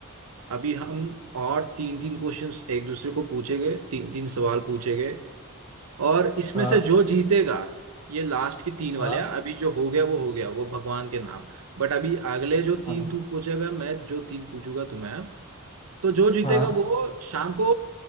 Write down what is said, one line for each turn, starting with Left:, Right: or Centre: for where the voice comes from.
Right: अभी हम और तीन तीन क्वेश्चंस एक दूसरे को पूछेंगे तीन तीन सवाल पूछेंगे और इसमें
Left: हाँ
Right: से जो जीतेगा ये लास्ट के तीन वाले
Left: हाँ
Right: हैं अभी जो हो गया वो हो गया वो भगवान के नाम बट अभी अगले जो तीन
Left: हाँ
Right: तू पूछेगा मैं जो तीन पूछूंगा तुम्हें हाँ, तो जो जीतेगा
Left: हाँ
Right: वो शाम को